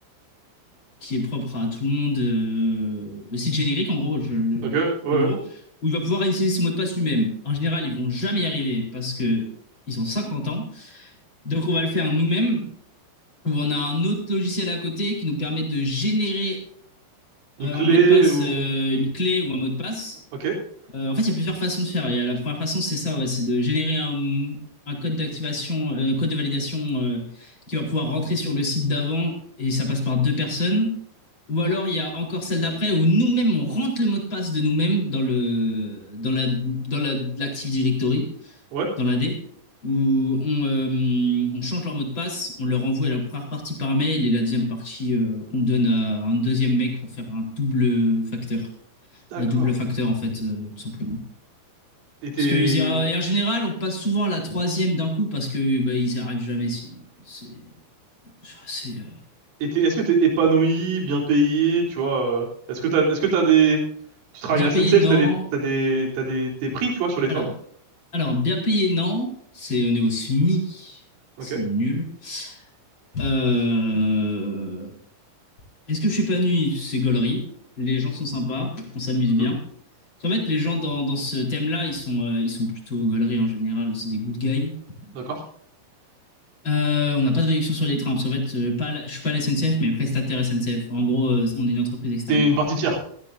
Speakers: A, on the left (about 25°); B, on the right (about 75°).
A: qui est propre à tout le monde, euh, le site générique en gros, je-
B: Ok, ouais ouais.
A: en gros, où il va pouvoir initialiser son mot de passe lui-même. En général, ils vont jamais y arriver parce que ils ont 50 ans. Donc on va le faire nous-mêmes, où on a un autre logiciel à côté qui nous permet de générer
B: Une
A: euh,
B: clé
A: un mot de passe,
B: ou
A: euh, une clé ou un mot de passe
B: ok,
A: Euh, en fait, il y a plusieurs façons de faire. Il y a la première façon, c'est ça, ouais, c'est de générer un, un code d'activation, euh, un code de validation euh, qui va pouvoir rentrer sur le site d'avant et ça passe par deux personnes. Ou alors, il y a encore celle d'après où nous-mêmes, on rentre le mot de passe de nous-mêmes dans le, dans la, dans la, l'Active Directory,
B: ouais.
A: dans la D, où on, euh, on change leur mot de passe, on leur envoie la première partie par mail et la deuxième partie euh, qu'on donne à un deuxième mec pour faire un double facteur.
B: D'accord.
A: Un double facteur, en fait, euh, tout simplement.
B: Et t'es,
A: Parce que ils y a- et en général, on passe souvent à la troisième d'un coup parce que bah, ils n'y arrivent jamais sinon. C'est enfin, c'est, euh,
B: et t'es- est-ce que t'es épanoui, bien payé, tu vois? euh, Est-ce que t'as, est-ce que t'as des, tu travailles
A: bien
B: à la SNCF,
A: payé, non.
B: t'as des, t'as des, t'as des, tes prix, tu vois, sur les trains?
A: Alors, alors bien payé, non. C'est on est au SMIC,
B: Ok.
A: c'est nul. Euh, Est-ce que je suis pas nuit? C'est gaulerie. Les gens sont sympas, on s'amuse
B: Mhm.
A: bien. En fait, les gens dans, dans ce thème-là, ils sont euh, ils sont plutôt gaulerie en général. C'est des good guys.
B: D'accord.
A: Euh, on n'a pas de réduction sur les trains, parce qu'en fait, euh, pas la- je suis pas la SNCF, mais prestataire SNCF. En gros, euh, on est une entreprise externe.
B: T'es une partie tiers.